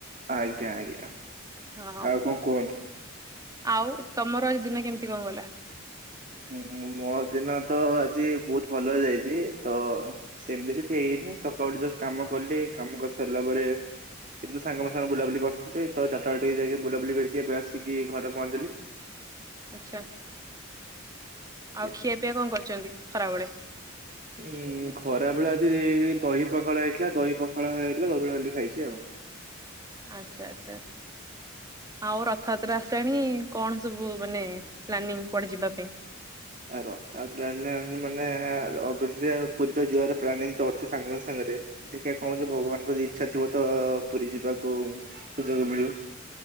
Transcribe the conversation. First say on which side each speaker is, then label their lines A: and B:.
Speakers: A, on the right (about 40°); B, on the right (about 15°).
A: ଆଜ୍ଞା ଆଜ୍ଞା
B: ହଁ।
A: ଆଉ କଣ କୁହନ୍ତୁ?
B: ଆଉ ତମର ଆଜି ଦିନ କେମିତି କଣ ଗଲା?
A: ହୁଁ ମୋ ଦିନ ତ ଆଜି ବହୁତ ଭଲରେ ଯାଇଛି ତ ସେମିତି କିଛି ହେଇନି ସକାଳୁ ଉଠି ଯଷ୍ଟ କାମ କଲି କାମ କରିସାରିଲା ପରେ
B: <inaudible>
A: ଏମିତି ସାଙ୍ଗ ସାଙ୍ଗ ବୁଲାବୁଲି କରିଥିଲି ତ ଚାରଟା ବେଳେ ଟିକେ ଯାଇକି ବୁଲାବୁଲି କରିକି ଏବେ ଆସିକି ଘରେ ପହଞ୍ଚିଲି।
B: ଆଚ୍ଛା।
A: ଆଜ୍ଞା।
B: ଆଉ ଖିଆ ପିଆ କଣ କରିଛନ୍ତି ଖରାବେଳେ?
A: ଏ ଖରାବେଳେ ଆଜି ଦହି ପଖାଳ ହେଇଥିଲା ଦହି ପଖାଳ ହେଇଥିଲା ଦହି ପଖାଳ ଖାଲି ଖାଇଛି ଆଉ
B: ଆଚ୍ଛା ଆଚ୍ଛା। ଆଉ ରଥଯାତ୍ରା ଆସିଲାଣି କଣ ସବୁ ମାନେ ପ୍ଲାନିଂ କୁଆଡେ ଯିବା ପାଇଁ?
A: ଆ ରଥଯାତ୍ରା ହେଲା ମାନେ ଅ ପୁରୀ ତ ଯିବାର ପ୍ଲାନିଂ ତ ଅଛି ସାଙ୍ଗମାନ ସାଙ୍ଗରେ ଦେଖିବା କଣ ଯେ ଭଗବାନଙ୍କ ଯଦି ଇଛା ଥିବ ତ ପୁରୀ ଯିବାକୁ ସୁଯୋଗ ମିଳିବ।